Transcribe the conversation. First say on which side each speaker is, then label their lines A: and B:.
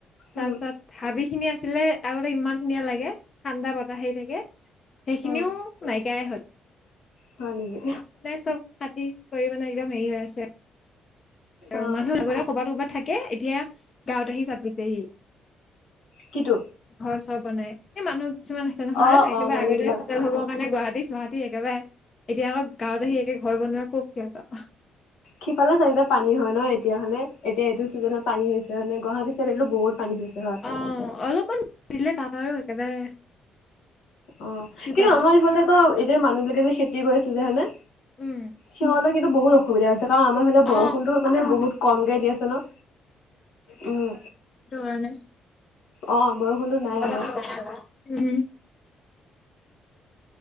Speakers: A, on the left (about 40°); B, on the left (about 80°).
A: তাৰ
B: উম,
A: পিছত হাবি খিনি আছিলে আগতে ইমান ধুনীয়া লাগে ঠাণ্ডা বতাহ হে থাকে সেইখিনিও
B: উম,
A: নাইকিয়াই হল।
B: হয় নেকি?
A: মানে চব খাতি কৰি মানে একদম হেৰি হৈ আছে। আৰু
B: অ',
A: মানুহৰ আগতে কৰবাত কৰবাত থাকে, এতিয়া গাঁৱত আহি চাপিছেহি।
B: কিটো?
A: ঘৰ চৰ বনাই এই মানুহ কিছুমান আছে নহয়
B: অ',
A: একেবাৰে
B: অ', মানুহবিলাক
A: আগৰৰে চেটেল হ'বৰ কাৰণে গুৱাহাতী গুৱাহাটী চুৱাহাতি একেবাৰে এতিয়া আকৌ গাঁৱত আহি একে ঘৰ বনোৱাই খুব বেয়া পাওঁ।
B: সিফালে চাইডে পানী হয় ন এতিয়া হয়নে এতিয়া এইটো ছিজনত পানী হৈছে হয়নে গুৱাহাটী চাইড এইটো বহুত পানী হৈছে হয়।
A: অ অলপমান দিলে তাত আৰু একেবাৰে
B: অ
A: কিবা
B: কিন্তু আমাৰ ইফালে আকৌ এতিয়া মানুহ বিলাকে যে খেতি কৰি আছে যে হয়নে
A: উম
B: সিহঁতলৈ কিন্তু বহুত অসুবিধা আছে কাৰণ আমাৰফালে
A: অ
B: বৰষুণতো মানে বহুত কম কে দি আছে ন উম,
A: সেটো কাৰণে
B: অ', বৰষুণটো নাই আকৌ।
A: উম